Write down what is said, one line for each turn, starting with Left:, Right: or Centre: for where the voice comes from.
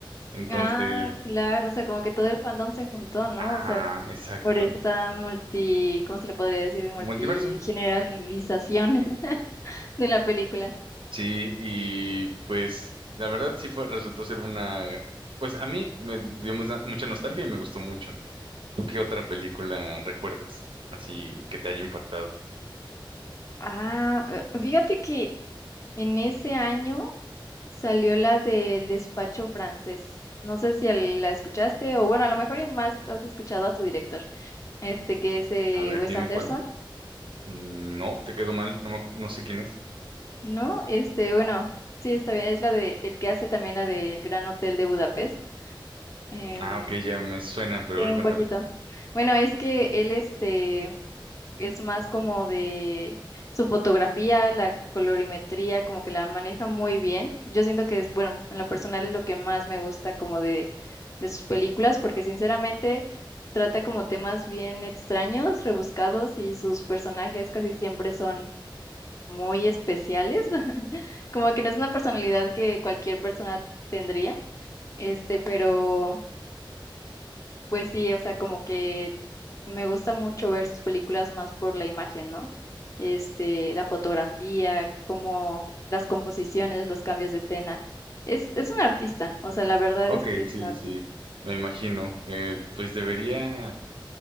Right: Entonces,
Left: Ah, claro, o sea, como que todo el fandom se juntó, ¿no?
Right: ajá,
Left: O sea,
Right: exacto.
Left: por esta multi, ¿cómo se le podría decir? Multigeneralización
Right: Multiverso.
Left: <laughs> de la película.
Right: Sí, y pues la verdad sí fue, resultó ser una, gran- pues a mí me dio mucha mucha nostalgia y me gustó mucho. ¿Tú qué otra película recuerdas? Así que te haya impactado.
Left: Ah, eh, fíjate que en ese año salió la del despacho francés. No sé si al- la escuchaste, o bueno, a lo mejor y más has escuchado a su director, este que es eh,
Right: A ver,
Left: Wes
Right: dime
Left: Anderson.
Right: cuál. Mm, No, te quedó mal, no, me no sé quién es.
Left: No, este, bueno, sí, está bien. Es la de el que hace también la del Gran Hotel de Budapest. Em,
Right: Ah, ok, ya me suena, pero
Left: sí,
Right: a ver, cuéntame.
Left: un poquito. Bueno, es que él, este, es más como de su fotografía, la colorimetría, como que la maneja muy bien. Yo siento que es, bueno, en lo personal es lo que más me gusta como de, de sus películas, porque sinceramente trata como temas bien extraños, rebuscados y sus personajes casi siempre son muy especiales, <laughs> como que no es una personalidad que cualquier persona tendría, este, pero pues sí, o sea, como que me gusta mucho ver sus películas más por la imagen, ¿no? Este, la fotografía, como las composiciones, los cambios de escena. Es, es un artista, o sea, la verdad
Right: Ok,
Left: es que es
Right: sí,
Left: un artista.
Right: sí, me imagino. Eh, pues debería,